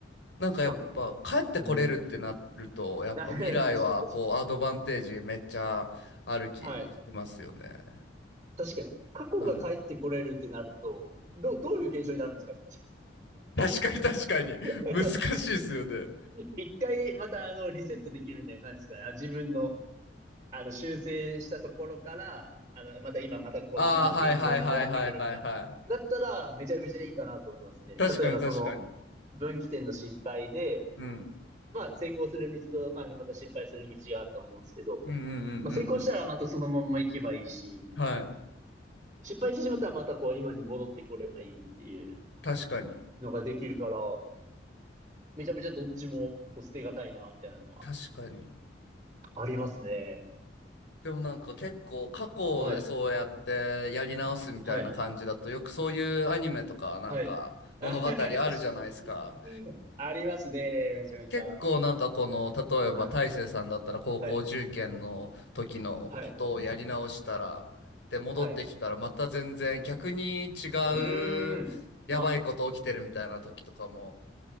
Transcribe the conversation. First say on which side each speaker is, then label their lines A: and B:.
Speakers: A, on the left; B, on the right.
A: なんかやっぱ帰ってこれるってなると、
B: しかも、うん。<laughs>
A: やっぱ未来はこうアドバンテージめっちゃある気しますよね。
B: 確かに確かに。はい。確かに。過去が帰ってこれるってなると、
A: はい。
B: ど、どういう現象になるんですかね。
A: 確かに確かに。
B: <laughs>
A: 難しいですよね。
B: 一回またあのリセットできるみたいな感じですから、あ自分のあの修正したところから、あのまた今、またこの今の現状に戻ってくるみたいな。
A: ああ、はいはいはいはいはいはい。
B: だったらめちゃめちゃいいかなと思いますね。
A: 確かに確かに。
B: 例えばその分岐点の失敗で、
A: うん。
B: まあ成功する道と、まあまた失敗する道があると思うんですけど、
A: うんうんうんうんうん。
B: まあ成功したらまたそのまんま行けばいいし、
A: はい。
B: 失敗してしまったらまたこう今に戻ってこればいいっていう
A: 確かに。
B: のができるから、めちゃめちゃどっちもこう捨てがたいな、みたいなのは
A: 確かに。
B: ありますね。
A: でもなんか結構過去でそうやってやり直すみたいな感じだとよくそういうアニメとかなんか物語あるじゃないですか。
B: はい。はい。はい。あ、<laughs> 確かに。ありますね。めちゃめちゃ。
A: 結構なんかこの、例えば大成さんだったら高校受験の時のことをやり直したら、
B: はい。はい。はい。
A: で、戻ってきたらまた全然逆に違
B: はい。うーん。
A: うやばいこと起きてるみたいな時とかも
B: な、